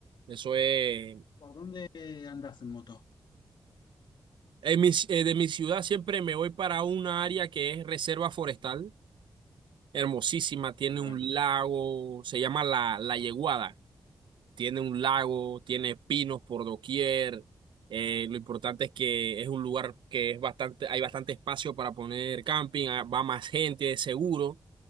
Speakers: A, on the right (about 85°); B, on the left (about 70°).
A: Eso es
B: ¿Por dónde andás en moto?
A: En mi ci- eh, de mi ciudad siempre me voy para una área que es reserva forestal, hermosísima, tiene
B: Qué bueno.
A: un lago, se llama La, La Yeguada, tiene un lago, tiene pinos por doquier, eh, lo importante es que es un lugar que es bastante, hay bastante espacio para poner camping, ah, va más gente, es seguro,